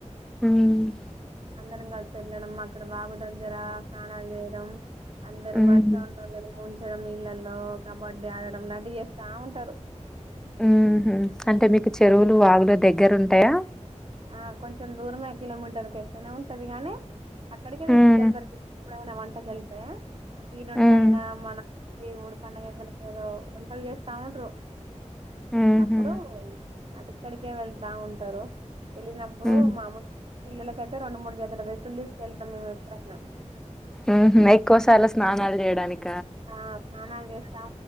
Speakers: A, in the centre; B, on the right.
A: హ్మ్.
B: అందరం కాలి సర్లేనమ్మా అక్కడ వాగుద దగ్గర స్ణాలు చేయడం అందరు
A: హ్మ్.
B: వర్సా ఉన్న అ ము డం ఇళ్లల్లో కబడ్డీ అ ఆడడం లాంటివి చేస్తా ఉంటారు
A: హ్మ్ అంటే మీకు చెరువులు వాగులు దగ్గరు ఉంటాయా
B: ఆ కొంచెం దూరమే కిలోమీటర్కి ఎక్కువనే ఉంటది గాని అక్కడికే
A: హ్మ్.
B: తీసుకుకెళ్తారు ఎప్పుడైనా వంట గళ్తా కీడుంటాయనా
A: హ్మ్.
B: మన ఊడి పండగ అయిపోయి లేదో వంటలు చేస్తా ఉండు
A: ఊహూ
B: అప్పుడు అటుకడికే వెలిగి బా ఉంటారు వెళ్ళినప్పుడు
A: హ్మ్
B: మామలుగా పిల్లలకు రెండు మూడు జతలు తెస్తే సలు తీసుకెళ్తాం మేము ఎప్పుడైనా
A: ఉహు నైట్ కోస్తారా స్నానాలు చేయడానికి
B: ఆ స్నానాలు చేస్తా